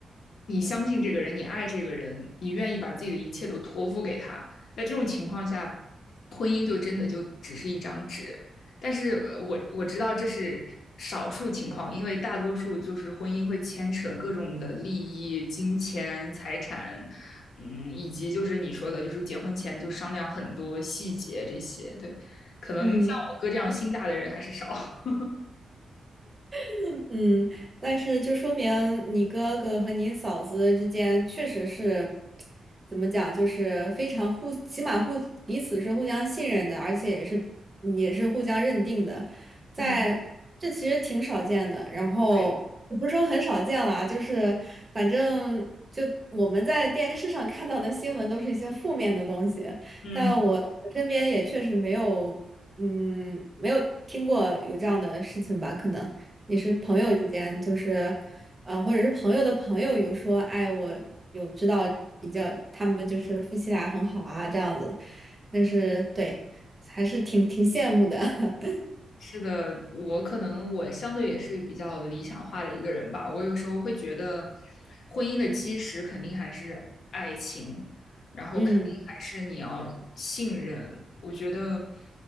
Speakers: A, on the left; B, on the right.
A: 你相信这个人，你爱这个人，你愿意把自己的一切都托付给他，在这种情况下，婚姻就真的就只是一张纸，但是呃我我知道这是少数情况，因为大多数就是婚姻会牵扯各种的利益、金钱、财产，嗯，以及就是你说的，就是结婚前就商量很多细节这些。对，可能像我哥这样心大的人还是少。
B: 嗯。
A: <laughs>
B: <laughs> 嗯，但是就说明你哥哥和你嫂子之间确实是，怎么讲，就是非常互，起码互彼此是互相信任的，而且也是也是互相认定的，在这其实挺少见的。
A: 嗯，
B: 然后也不是说很少见啦，
A: 对，
B: 就是反正就我们在电视上看到的新闻都是一些负面的东西，
A: 嗯。
B: 在我我身边也确实没有，嗯，没有听过有这样的事情吧，可能。也是朋友之间，就是，呃，或者是朋友的朋友有说，哎，我有知道比较，他们就是夫妻俩很好啊，这样子，但是对，还是挺挺羡慕的。<laughs>
A: 是的，我可能我相对也是比较理想化的一个人吧。我有时候会觉得，婚姻的基石肯定还是爱情，然后肯定还是你要信任。
B: 嗯
A: 我觉得，